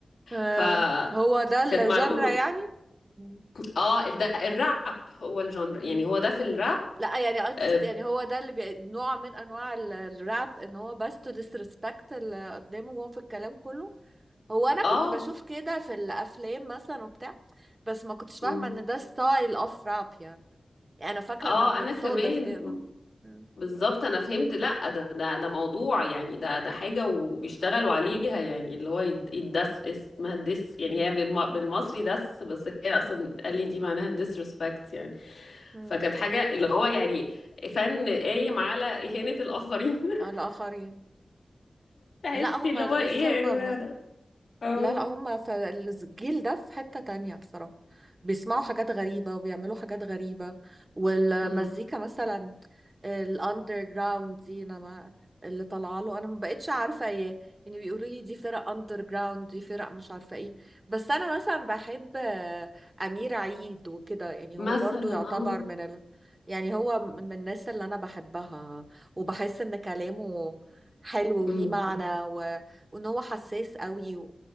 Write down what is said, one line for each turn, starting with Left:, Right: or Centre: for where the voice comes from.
Right: آه.
Left: ف
Right: هو ده الجانرا
Left: كانت معلومة
Right: يعني مم.
Left: اه ده الراب هو الجانر يعني
Right: مم.
Left: هو ده في الراب
Right: لا يعني قصدي
Left: اه
Right: الس- يعني هو ده اللي بي... نوع من انواع ال- الراب ان هو بس تو disrespect اللي قدامه وهو في الكلام كله هو انا
Left: آه.
Right: كنت بشوف كده في الافلام مثلا وبتاع بس ما كنتش فاهمه
Left: مم.
Right: ان ده ستايل اوف راب يعني. يعني انا فاكره
Left: اه
Right: انها بتصادف
Left: انا كمان
Right: كده مم.
Left: بالظبط انا فهمت لا ده ده ده موضوع يعني ده ده حاجه وبيشتغلوا عليها يعني اللي هو يد- يدس اسمها دس يعني
Right: مم.
Left: هي بالم- بالمصري دس بس هي اصلا قال لي دي معناها disrespect يعني
Right: مم.
Left: فكانت حاجه اللي هو يعني فن قايم على اهانه الاخرين <laughs>
Right: على الاخرين
Left: تحسي
Right: لا هما
Left: اللي هو
Right: بصي
Left: ايه يا
Right: هما
Left: جماعه ده اه
Right: لا لا هم في الجيل ده في حتة تانية بصراحة بيسمعوا حاجات غريبة وبيعملوا حاجات غريبة والمزيكا
Left: أمم.
Right: مثلا الاندر جراوند دي انا ما اللي طالعه له انا ما بقتش عارفه ايه يعني بيقولوا لي دي فرق اندر جراوند دي فرق مش عارفه ايه بس انا مثلا بحب آه، امير عيد وكده يعني هو
Left: مثلا
Right: برضو يعتبر
Left: اه
Right: من ال... يعني هو من الناس اللي انا بحبها وبحس ان كلامه حلو وليه
Left: أمم.
Right: معنى و... وان هو حساس قوي